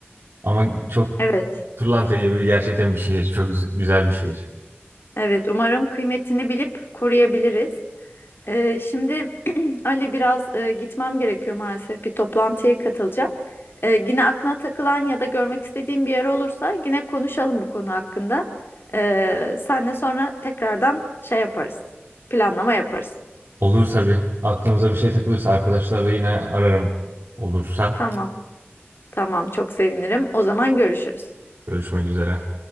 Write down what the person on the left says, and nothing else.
Evet,
evet. Umarım kıymetini bilip koruyabiliriz. Ee, şimdi <clears throat> Ali biraz e, gitmem gerekiyor maalesef. Bir toplantıya katılacağım. Ee, yine aklına takılan ya da görmek istediğin bir yer olursa yine konuşalım bu konu hakkında. Ee, senle sonra tekrardan şey yaparız. Planlama yaparız.
Tamam. Tamam, çok sevinirim. O zaman görüşürüz.